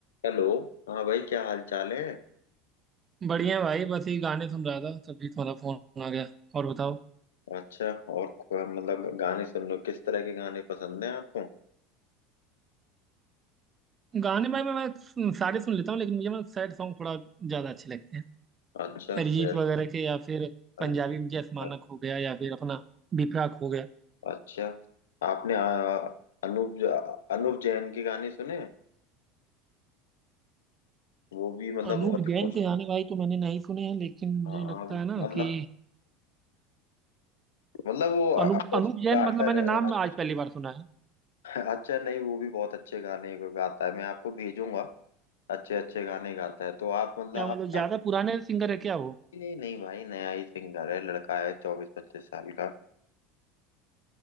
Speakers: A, on the left; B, on the right.
A: Hello हाँ भाई क्या हाल चाल है
B: बढ़िया भाई बस ये गाने सुन रहा था तभी तुम्हारा फोन आ गया और बताओ
A: अच्छा और क- मतलब गाने सुनने किस तरह के गाने पसंद हैं आपको
B: गाने भाई मैं, मैं सुन- सारे सुन लेता हूँ लेकिन मुझे मैं सैड सॉन्ग थोड़ा ज्यादा अच्छे लगते हैं
A: अच्छा
B: अरिजीत
A: सर
B: वगैरह के या फिर पंजाबी
A: अरिजीत
B: में जस मानक
A: अ-
B: हो गया या फिर अपना बिपराक हो गया
A: अच्छा आपने आ, अनूप ज- अनूप जैन के गाने सुने वो भी मतलब
B: अनूप
A: बहुत
B: जैन
A: इमोशनल
B: के गाने भाई तो मैंने नहीं सुने हैं लेकिन मुझे
A: हाँ
B: लगता
A: हाँ,
B: है ना
A: मतलब
B: कि
A: मतलब वो अपोजिट
B: अनूप अनूप जैन
A: का आर्टर
B: मतलब मैंने
A: है
B: नाम
A: artist।
B: आज पहली बार सुना है
A: अच्छा नहीं वो भी बहुत अच्छे गाने गाता है मैं आपको भेजूंगा अच्छे अच्छे गाने गाता है तो आप मतलब
B: क्या
A: आपका
B: मतलब ज्यादा पुराने सिंगर है क्या वो
A: नहीं नहीं भाई नया ही सिंगर है लड़का है चौबीस पच्चीस साल का